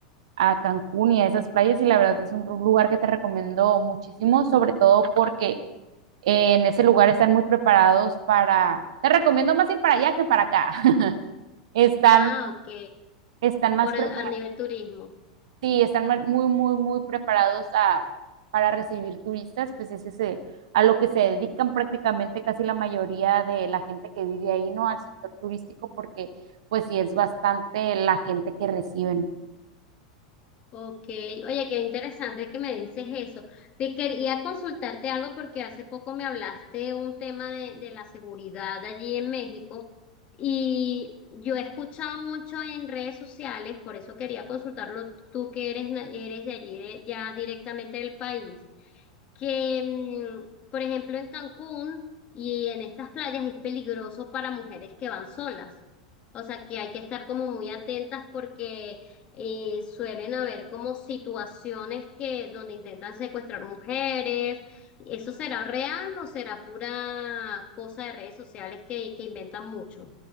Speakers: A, on the right (about 65°); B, on the left (about 35°).
A: a Cancún y a esas playas y la verdad es un ru- lugar que te recomiendo muchísimo, sobre todo porque eh, en ese lugar están muy preparados para, te recomiendo más ir para allá que para acá, <laughs> están,
B: Ah, ok.
A: están más
B: Por
A: preparados
B: el- a nivel turismo.
A: Sí, están mar- muy, muy, muy preparados a, para recibir turistas, pues es ese, a lo que se dedican prácticamente casi la mayoría de la gente que vive ahí, ¿no? Al sector turístico, porque pues sí es bastante la gente que reciben.
B: Ok. Oye, qué interesante que me dices eso. Te quería consultarte algo porque hace poco me hablaste un tema de, de la seguridad allí en México y yo he escuchado mucho en redes sociales, por eso quería consultarlo tú que eres, na- eres de allí, de- ya directamente del país. que, mm, por ejemplo, en Cancún y en estas playas es peligroso para mujeres que van solas. O sea, que hay que estar como muy atentas porque eh, suelen haber como situaciones que donde intentan secuestrar mujeres. ¿Eso será real o será pura cosa de redes sociales que, que inventan mucho?